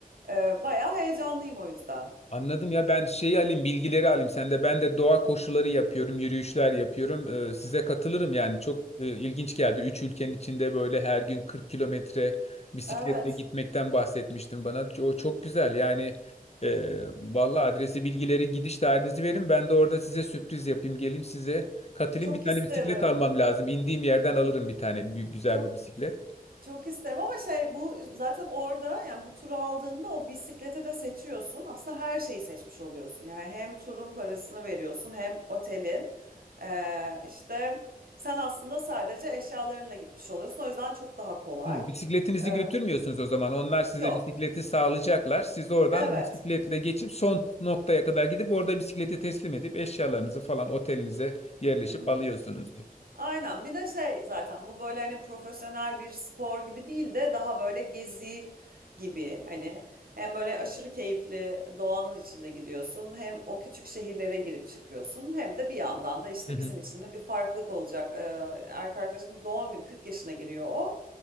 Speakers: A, on the right; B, on the left.
A: Ee, bayağı heyecanlıyım o yüzden.
B: Anladım ya ben şeyi alayım bilgileri alayım sen de ben de doğa koşuları yapıyorum yürüyüşler yapıyorum Ee, size katılırım yani çok e, ilginç geldi. Üç ülkenin içinde böyle her gün 40 kilometre bisikletle
A: Evet,
B: gitmekten bahsetmiştim bana o çok güzel yani e, valla adresi bilgileri gidiş tarihinizi verin ben de orada size sürpriz yapayım geleyim size katılayım
A: çok
B: bir tane
A: isterim.
B: bisiklet almam lazım indiğim yerden alırım bir tane büyük güzel
A: Çok
B: bir bisiklet.
A: Çok isterim ama şey bu zaten orada yani bu turu aldığında o bisiklete de seçiyorsun. Aslında her şeyi seçmiş oluyorsun. Yani hem turun parasını veriyorsun hem otelin. Ee, işte sen aslında sadece eşyalarınla gitmiş oluyorsun. O yüzden çok daha kolay.
B: Hı, bisikletinizi
A: Ee,
B: götürmüyorsunuz o zaman. Onlar size
A: yok.
B: bisikleti sağlayacaklar. Siz de oradan
A: Evet.
B: o bisikletle geçip son noktaya kadar gidip orada bisikleti teslim edip eşyalarınızı falan otelinize yerleşip
A: Hı hı.
B: alıyorsunuzdur.
A: Aynen. Bir de şey zaten bu böyle hani profesyonel bir spor gibi değil de daha böyle gezi gibi hani hem böyle aşırı keyifli doğanın içinde gidiyorsun hem o küçük şehirlere girip çıkıyorsun hem de bir yandan da işte
B: Hı hı.
A: bizim için de bir farklılık olacak. Ee, erkek arkadaşımız doğum günü 40 yaşına giriyor o.